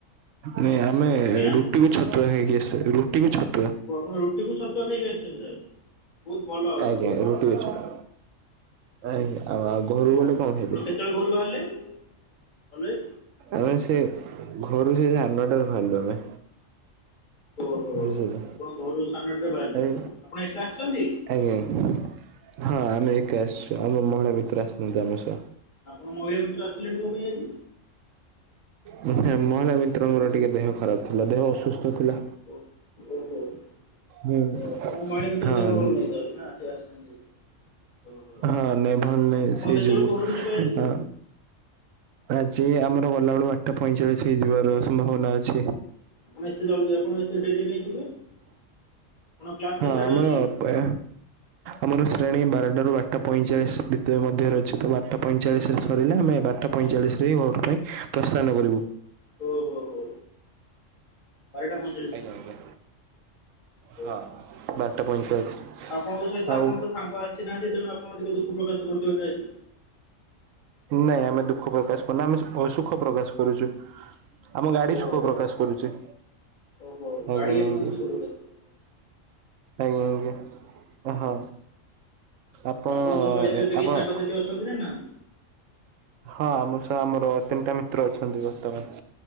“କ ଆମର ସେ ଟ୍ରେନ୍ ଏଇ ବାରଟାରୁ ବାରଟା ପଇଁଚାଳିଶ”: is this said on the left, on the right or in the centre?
Right